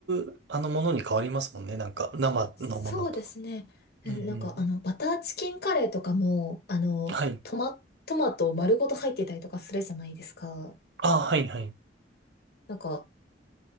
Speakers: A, on the right (about 75°); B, on the left (about 60°).
A: う、あの、ものに変わりますもんね。なんか、生のものとは。
B: そうですね。うんなんか、
A: うんうん。
B: あの、バターチキンカレーとかも、あの、
A: はい。
B: トマ、トマト丸ごと入ってたりとかするじゃないですか。
A: あ、はいはい。
B: なんか、